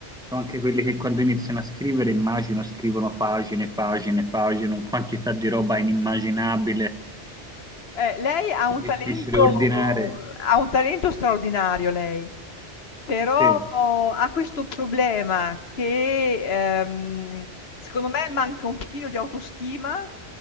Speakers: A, in the centre; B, on the left.
A: sono anche quelli che quando iniziano a scrivere, immagino, scrivono pagine, pagine, pagine, una quantità di roba inimmaginabile,
B: Eh, lei ha un
A: difficile
B: talento,
A: ordinare.
B: ha un talento straordinario lei, però
A: Sì,
B: oh, ha questo problema che ehm, secondo me manca un pochino di autostima